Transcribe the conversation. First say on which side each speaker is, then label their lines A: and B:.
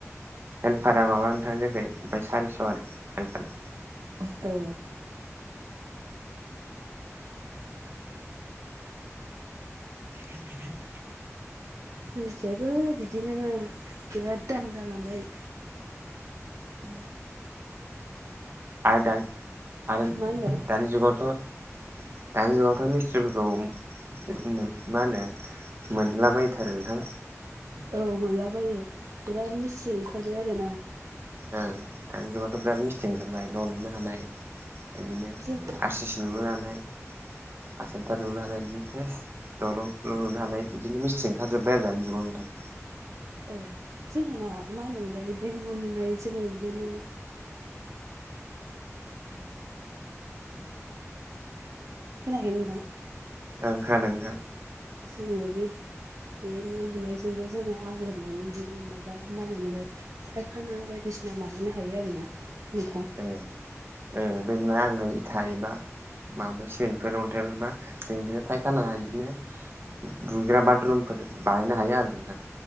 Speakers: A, on the right (about 45°); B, on the right (about 75°).
A: हेल्पारा माबा नोंथां जोंनिखै ओमफ्राय सारिस' आरो हेल्पारनि
B: औ
A: <unintelligible>
B: जोंनिथिंजायबो बिदिनो बिराद दाम जालांबाय
A: <unintelligible> आरो दा आरो
B: मा होनदों
A: दानि जुगावथ' दानि जुगावथ' मिस्थ्रिफोरखौ मा होनो मोनलाबायथारो नोंथां
B: औ मोनलाबायो बिराद मिसथ्रि ओंखारबाय आरोना
A: ओ दानि जुगावथ' बिराद मिस्ट्रिओंखारबाय न' लुनो हानाय बिदिनो
B: जों
A: आर सि सि लुनो हानाय आसाम टाइप लुनो हानाय बिदिनो सेस दलं न'लुनो हानाय बिदिनो मिसथ्रि ओंखारजोबबाय आरो दानि जुगाव नोंथां
B: औ जोङो ना मा होनोमोनलाय बे न' लुनाय जोङो बे न' <unintelligible> <unintelligible> खोनायाखै नोंथां
A: ओ खोनादों नोंथां
B: जोङो बे बि बे न' लुनायजोंबो जोङो आग्लायनानै बिदिनो माबा मा होनोमोनलाय? फायखाना बायदिसिना माबानो हायो आरोना नोंथां
A: ओ ओ बे <unintelligible> इथा एबा माबा सिमेन्टफोर अन्थाइफोरबा जों बिदिनो फायखाना बिदिनो दुगैग्रा बाथरुमफोर बानायनो हायो आरो नोंथां